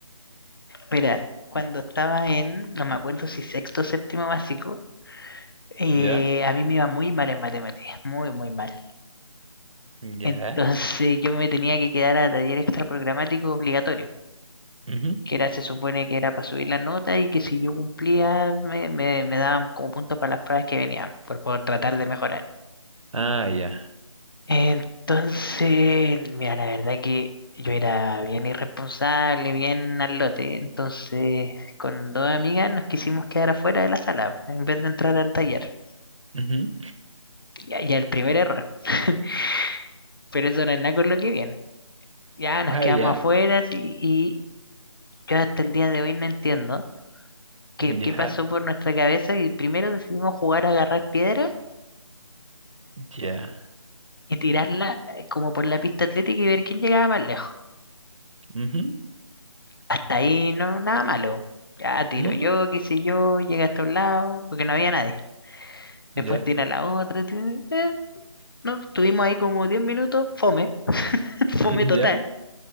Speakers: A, on the left; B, on the right.
A: Mira, cuando estaba en, no me acuerdo si sexto o séptimo básico, eh,
B: ya,
A: a mí me iba muy mal en matemáticas, muy, muy mal.
B: ya.
A: Entonces <laughs> yo me tenía que quedar a taller extra programático obligatorio,
B: Ujú,
A: que era, se supone que era para subir la nota y que si yo cumplía me, me, me daban como puntos para las pruebas que venían, por, por tratar de mejorar.
B: Ah, ya.
A: Entonces, mira, la verdad que yo era bien irresponsable, bien al lote, entonces con dos amigas nos quisimos quedar afuera de la sala en vez de entrar al taller.
B: ujú.
A: Ya, ya el primer error, <laughs> pero eso no es nada con lo que viene. Ya nos
B: Ah,
A: quedamos
B: ya,
A: afuera sí, Yo hasta el día de hoy no entiendo qué,
B: <laughs>
A: qué
B: ya,
A: pasó por nuestra cabeza y primero decidimos jugar a agarrar piedras
B: ya.
A: y tirarla eh, como por la pista atlética y ver quién llegaba más lejos.
B: Ujú. <laughs>
A: Hasta ahí no, nada malo. Ya tiro
B: No,
A: yo,
B: no.
A: qué sé yo, llegué hasta un lado, porque no había nadie. Después
B: Ya,
A: tira la otra. ti- eh, no, estuvimos ahí como 10 minutos, fome, <laughs>
B: <laughs>
A: fome total.
B: ya.